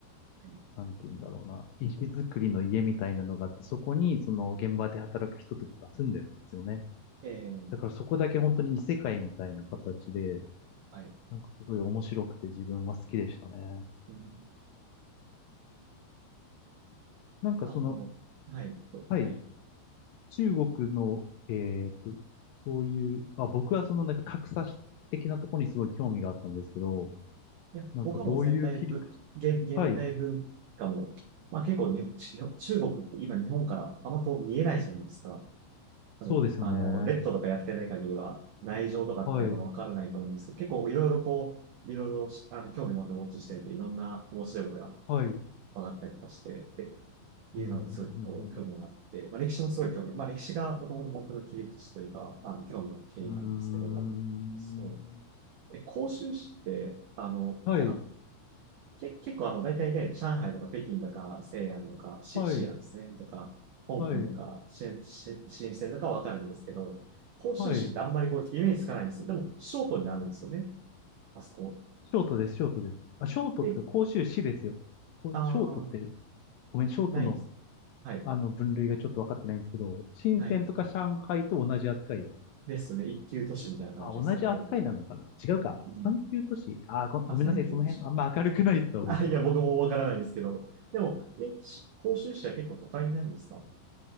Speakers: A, on the right; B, on the left.
A: はい。
B: なんて言うんだろうな、石造りの家みたいなのがあって、そこにその現場で働く人とかが住んでるんですよね。
A: ええ
B: だからそこだけ本当に異世界みたいな形で、
A: はい。
B: なんかすごい面白くて自分は好きでしたね。
A: うん
B: なんかその、
A: あの、はい、と、
B: はい、
A: はい。い
B: 中国の、えっと、そういう、あ、僕はそのなんか格差的なところにすごい興味があったんですけど、
A: や、
B: なんかどういう切り口、
A: 他もう全体ぶ、現、現代文化も、
B: はい、
A: まあ結構ね、ち中国って今日本からあんまこう見えないじゃないですか。多分、
B: そうですよね。
A: あの、レッドとかやってない限りは、内情とかってあんまわからないと思うんですけど、
B: はい、
A: 結構いろいろこう、いろいろしあの興味持ってウォッチしてると、いろんな面白いことが
B: はい、うん、
A: 分かったりとかして、で、いうのがすごいと興味があって、
B: うん、うん、
A: まあ歴史もすごい興味、まあ歴史がもともと僕の切り口というか、あの、興味の経緯なんですけど、
B: うん。うーん
A: そうえ、広州市って、あの、
B: はい。
A: なんか、け、結構あの、大体ね、上海とか北京とか、西安とか、シ、
B: はい、
A: 西安ですね、とか、香港とか、
B: はい、
A: し、し、深センとかわかるんですけど、広州市ってあんまりこう、
B: はい。
A: イメージつかないんですよ。でも、ショートになるんですよね、あそこ。
B: ショートです、ショートです。あ、ショートってか、
A: え、
B: 甲州市ですよ。こショートって、
A: あー、
B: ごめん、ショートの、
A: ないです。はい、
B: あの、分類がちょっと分かってないんですけど、深圳とか上海と同じ扱いです。
A: はい。ですね、一級都市みたいな感じですよね、
B: あ、同じ扱いなのかな違うか。
A: ほぼほぼ。うん。
B: 三級都市。あ、ご、ごめんなさい、
A: あ、三級都市。
B: その辺、あんま明るくないですわ、僕。
A: あ、いや、僕もわからないんですけど、でも、え、し広州市は結構都会になるんですか